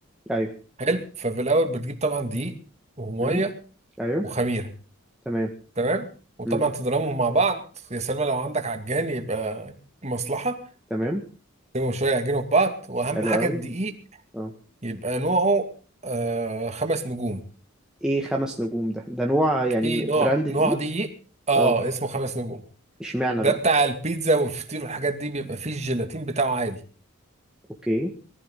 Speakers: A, in the centre; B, on the right.
A: ايوه
B: حلو ففي الاول بتجيب طبعا دقيق وميه
A: مم. ايوه
B: وخميره
A: تمام
B: تمام وطبعا
A: مم.
B: تضربهم مع بعض يا سلمى لو عندك عجان يبقى مصلحه
A: تمام
B: تسيبهم شويه يعجنوا في بعض واهم
A: حلو
B: حاجه
A: قوي
B: الدقيق
A: اه
B: يبقى نوعه آه خمس نجوم
A: ايه خمس نجوم ده ده نوع يعني
B: في
A: براند
B: نوع
A: دقيق
B: نوع دقيق اه
A: اه
B: اسمه خمس نجوم
A: اشمعنى
B: ده
A: بقى
B: بتاع البيتزا والفطير والحاجات دي بيبقى فيه الجيلاتين بتاعه عادي
A: اوكي